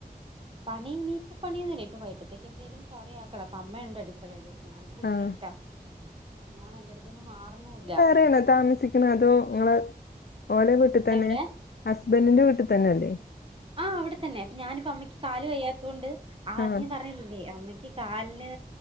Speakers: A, on the right; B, on the left.
A: പണി ഇനിയിപ്പൊ പണിയൊന്നുല്ല ഇപ്പോ വൈകിട്ടെത്തേക്കെന്തേലും കറിയാക്കണം അപ്പൊ അമ്മ ഇണ്ടട് ക്കളേല് ഞാനിപ്പോ കുഞ്ഞിന്റെടുത്താ
B: ആഹ്
A: അവളാണെ എന്റടുത്തുന്ന് മാറുന്നൂല്ല
B: <unintelligible> താമസി ക്ക്ണെതോ ങ്ങളെ ഓലെ വീട്ട് തന്നെ
A: എവിടെ
B: ഹസ്ബന്റിന്റെ വീട്ട് തന്നല്ലേ
A: ആഹ് അവിടെ തന്നെ അപ്പൊ ആഹ് ആഹ് അവിടെത്തന്നെ ഞാനിപ്പോ അമ്മയ്ക്ക് കാല് വയ്യാത്തോണ്ട് ആതു
B: ആഹ്
A: ഞാൻ പറഞ്ഞില്ലല്ലോ അമ്മയ്ക്ക് കാൽന്